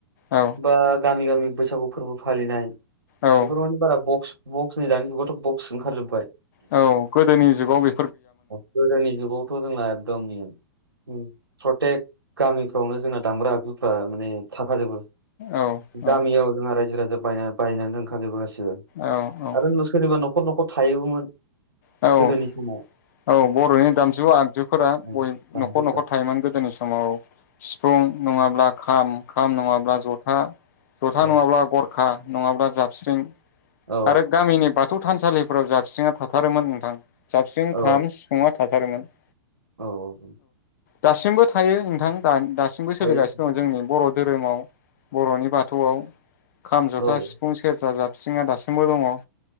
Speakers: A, on the left; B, on the right.
A: औ
B: बा गामि गामि बैसागु फोरबो फालिनाय
A: औ
B: बेफोर माने बारा बक्स बक्स नै दानि जुगावथ' बक्स ओंखारजोब्बाय ।
A: औ गोदोनि जुगाव बे
B: गोदोनि जुगावथ' जोंना गोमनि उम प्रतेक गामिफ्रावनो जोंना दामग्रा आगुफ्रा माने थाखाजोबो ।
A: औ औ
B: गामियाव जोङा रायजो रा जा बायना बायनानै दोनखाजोबो गासि बो
A: औ
B: आरो नो सोरनिबा न' न'खर न'खर थायोबोमोन
A: औ औ
B: गोदोनि समाव ।
A: औ बर'नि दामजु आगजुफोरा
B: औ,
A: बय
B: दामजुफ्रा
A: न'खर न'खर थायोमोन गोदोनि समाव औ सिफुं नङा बा खाम खाम नङाब्ला जथा जथा
B: औ
A: नङाब्ला गरखा नङाब्ला जाबस्रिं
B: औ
A: आरो गामिनि बाथौ थानसालिफोराव जाबस्रिङा था थारोमोन नोथां । जाबस्रिं
B: औ
A: खाम सिफुङा था थारोमोन ।
B: औ ।
A: दासिमबो थायो नोंथां दान था सिमबो सोलिगासिनो
B: थायो
A: दङ जोंनि बर' धोरोमाव बर'नि बाथौआव खाम जथा
B: औ
A: सिफुं सेरजा जा स्रिङा दासिमबो दङ ।